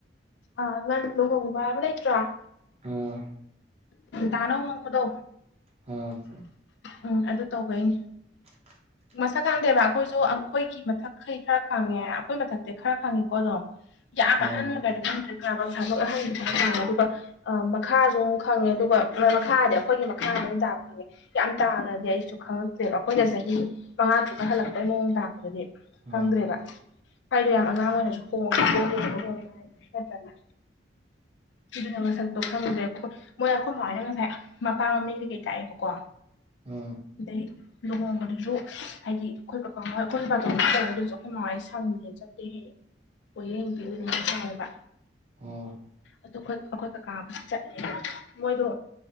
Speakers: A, on the left; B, on the right.
A: ꯑꯃ ꯂꯨꯍ‍ꯣꯡꯕ ꯍꯥꯏꯕꯥ ꯂꯩꯇ꯭ꯔꯥ
B: ꯎꯝ
A: ꯇꯅꯣ <unintelligible> ꯍꯣꯡꯕꯗꯣ
B: ꯎꯝ
A: ꯎꯝ ꯑꯗꯨ ꯇꯧꯕꯩꯅꯤ
B: <inaudible>
A: ꯃꯁꯛ ꯈꯪꯗꯦꯕ ꯑꯩꯈꯣꯏꯁꯨ ꯑꯩꯈꯣꯏꯒꯤ ꯃꯊꯛꯈꯩ ꯈꯔ ꯈꯪꯉꯦ ꯑꯩꯈꯣꯏ ꯃꯊꯛꯇꯤ ꯈꯔ ꯈꯪꯉꯦꯀꯣ ꯑꯗꯨꯝ ꯌꯥꯝ
B: ꯑꯥ
A: ꯑꯍꯟ ꯑꯣꯏꯒꯔꯗꯤ ꯈꯪꯗ꯭ꯔꯦ ꯀꯕꯥꯛ ꯁꯥꯕꯛ ꯑꯍꯟ ꯈꯡꯉꯦ ꯑꯗꯨꯒ ꯃꯈꯥꯁꯨ ꯐꯪꯉꯦ ꯑꯗꯨꯒ ꯃꯣꯏ ꯃꯈꯥꯗꯤ ꯑꯩꯈꯣꯏꯒꯤ ꯃꯈꯥꯗ ꯂꯣꯏ ꯇꯥꯕ ꯐꯪꯉꯦ ꯌꯥꯝ ꯇꯥꯒ꯭ꯔꯗꯤ ꯑꯩꯁꯨ ꯈꯪꯉꯛꯇ꯭ꯔꯦꯕ ꯑꯩꯈꯣꯏꯅ ꯆꯍꯤ ꯃꯉꯥ ꯇꯔꯨꯛ ꯍꯜꯂꯛꯄꯩ ꯃꯑꯣꯡ ꯂꯥꯛꯄꯗꯨꯗꯤ
B: ꯑꯥ
A: ꯈꯪꯗ꯭ꯔꯦꯕ ꯑꯩꯗꯣ ꯌꯥꯝ ꯑꯉꯥꯡ ꯑꯣꯏꯅꯁꯨ ꯍꯣꯡꯉ-ꯍꯣꯡꯉ ꯍꯣꯡꯕ ꯍꯥꯏꯕ ꯅꯠꯇ꯭ꯔꯅꯦ ꯑꯗꯨꯅ ꯃꯁꯛꯇꯣ ꯈꯪꯗ꯭ꯔꯦ ꯃꯣꯏ ꯑꯩꯈꯣꯏ ꯃꯥꯍꯣꯏꯅ ꯉꯁꯥꯏ ꯃꯄꯥ ꯃꯃꯤꯡ ꯀꯩ-ꯀꯩ ꯇꯥꯛꯑꯦꯕꯀꯣ
B: ꯑꯥ
A: ꯑꯗꯩ ꯂꯨꯍꯣꯡꯕꯗꯨꯁꯨ ꯍꯥꯏꯗꯤ ꯑꯩꯈꯣꯏ ꯀꯥꯀꯥ ꯍꯣꯢ ꯑꯩꯈꯣꯢ ꯕꯥꯔꯇꯣꯟ ꯇꯧꯔꯛꯢ ꯑꯩꯈꯣꯏ ꯃꯥ ꯍꯣꯢ ꯁꯪꯗꯦ ꯆꯠꯇꯦ ꯍꯌꯦꯡ ꯄꯣꯠꯌꯦꯡ ꯄꯤꯌꯨꯅꯤ ꯍꯥꯏꯌꯦꯕ
B: ꯑꯣ
A: ꯑꯗꯨ ꯑꯩꯈꯣꯏ ꯀꯥꯀꯥꯕꯨꯗꯤ ꯆꯠꯂꯦ ꯃꯣꯏꯗꯣ